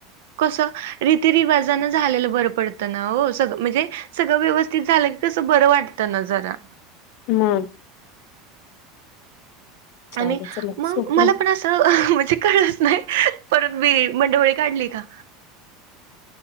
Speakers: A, on the right; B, on the left.
A: कसं रीतीरिवाजानं झालेलं बरं पड -तं ना ओ... सग... म्हणजे सगळं व्यवस्थित झालं कसं... बरं वाटतं ना जरा
B: मग. जाऊदे
A: आणि
B: चला
A: मग,
B: सुखरूप
A: मला पण असं -चं... म्हणजे कळलंच नाई... परत मी मुंडंवळी काढली का